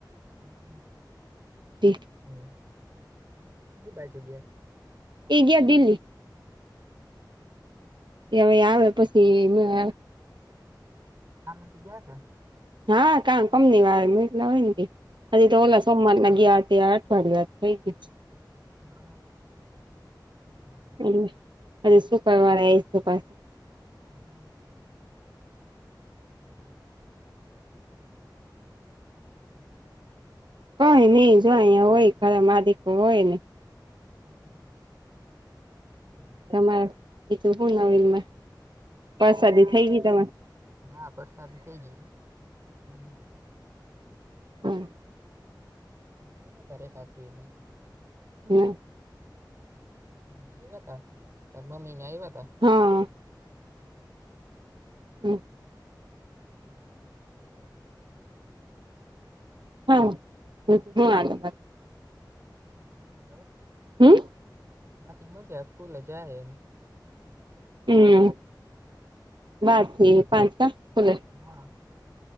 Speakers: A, on the right; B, on the right.
A: <inaudible>
B: <inaudible>
A: હમ કઈ બાજુ ગિયા?
B: એ ગ્યાં દિલ્લી. એ અવે આવે પછી <unintelligible>
A: આમે થઈ ગયા કા..
B: હા કા કંપની વારાને મોક્યલા હોય ને એ તો ઓલા સોમવાર ના ગયા. ત્યાં અઠવાડિયા વાત થઈ ગયું છે.
A: <inaudible> <unintelligible>
B: હમ <unintelligible>
A: <inaudible> <inaudible> <unintelligible>
B: કઈ ની જો અયા હોય ખરા માડીકુ હોય ને...
A: <inaudible> <inaudible>
B: તમારે બીજુ હું નવીનમાં. પરસાદી થઈ ગઈ તમારે?
A: હા વરસાદ થઈ ગયો <inaudible>
B: હા.
A: અમે ત્યારે કાપ્યુંને...
B: <unintelligible>
A: અહિયા આયવા તા તાર મમ્મી ને આયવા તા.
B: હા. હમ.
A: હમ હમ હમ.
B: હા કેટલો આનંદ..
A: હમ <unintelligible>
B: હમ.
A: બાકી મજા સ્કૂલે જાય એમ.
B: હમ.
A: હમ.
B: બાર થી પાંચ કમ સ્કૂલે
A: હા